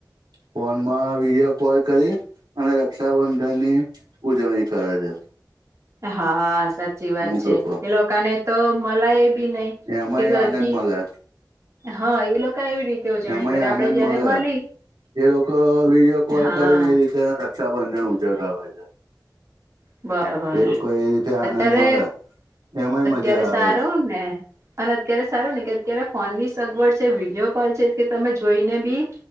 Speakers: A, on the right (about 85°); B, on the right (about 45°).
A: ફોનમાં વિડીયો કોલ કરીએ. અને રક્ષાબંધનની ઉજવણી કરે છે.
B: હા સાચી વાત
A: અમુક
B: છે
A: લોકો
B: એ લોકોને તો મલાય બી નઈ.
A: એમાંય
B: કે હજી
A: આનંદ મળે
B: હા એ લોકો એવી રીતે ઉજવણી
A: એમાંય
B: કરે આપડે
A: આનંદ
B: જયારે
A: મળે
B: મળી
A: એ લોકો વિડીયો કોલ
B: હા
A: કરીને એ રીતે તે રક્ષાબંધન ઉજવતા હોય છે.
B: બરાબર
A: એ લોકો એ રીતે આનંદ
B: અત્યારે
A: મળે એમાંય
B: અત્યારે
A: મજા આવે
B: સારું
A: છે.
B: ને અને અત્યારે સારું ને કે અત્યારે ફોન ની સગવડ છે વિડીયો કોલ છે કે તમે જોઈને બી